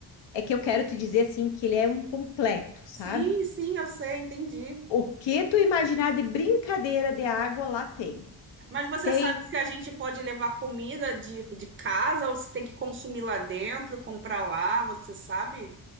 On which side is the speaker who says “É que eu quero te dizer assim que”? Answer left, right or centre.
Left